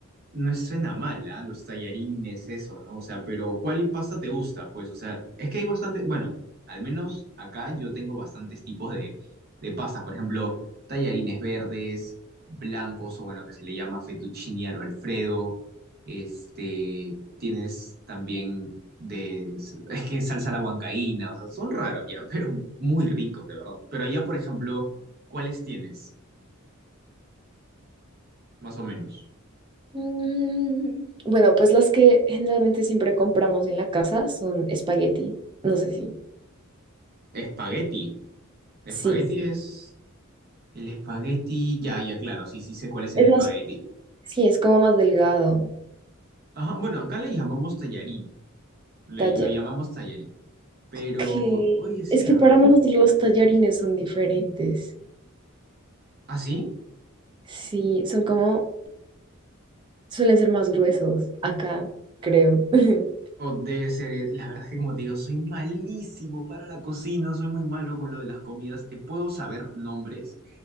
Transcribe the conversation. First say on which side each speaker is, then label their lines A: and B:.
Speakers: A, on the right (about 45°); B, on the right (about 20°).
A: No suena mal, ¿ah? Los tallarines, eso, ¿no? O sea, pero ¿cuál pasta te gusta? Pues, o sea, es que hay bastante, bueno, al menos acá yo tengo bastantes tipos de, de pastas. Por ejemplo, tallarines verdes, blancos, o bueno, que se le llama fettuccine al Alfredo. Este, tienes también de, es que salsa a la huancaína, o sea, son raros ya, pero muy ricos, de verdad. Pero allá, por ejemplo, ¿cuáles tienes? Más o menos.
B: Mm, Bueno, pues las que generalmente siempre compramos en la casa son espagueti. No sé si.
A: Espagueti. Espagueti
B: Sí.
A: es... El espagueti, ya, ya, claro, sí, sí sé cuál es
B: Es
A: el espagueti.
B: más, sí, es como más delgado.
A: Ajá, bueno, acá le llamamos tallarín, le,
B: Talla.
A: lo llamamos tallarín, pero,
B: Que
A: oye, sí,
B: es que
A: ¿ah?
B: para nosotros los tallarines son diferentes.
A: ¿Ah, sí?
B: Sí, son como, suelen ser más gruesos acá, creo. <laughs>
A: O debe ser, eh, la verdad es que como te digo, soy malísimo para la cocina, soy muy malo con lo de las comidas, te puedo saber nombres,